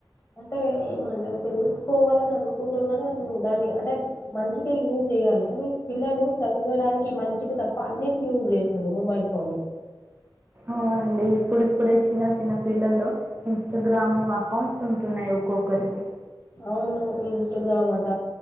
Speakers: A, on the left; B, on the right.
A: అంటే ఏమంటారు తెలుసుకోవాలని అనుకుంటారు కానీ అసలు నువ్వు దాన్ని అంటే మంచిగా యూజ్ చేయ్యాలి కానీ పిల్లలు చదవడానికి మంచికి తప్ప అన్నిటి యూజ్ చేస్తుంది మొబైల్ ఫోన్ని
B: అవునండి ఇప్పుడిప్పుడే చిన్న చిన్న పిల్లల్లో ఇన్స్టాగ్రామ్ అకౌంట్స్ ఉంటున్నాయి ఒక్కొక్కరికి
A: అవును ఇన్స్టాగ్రామ్ అట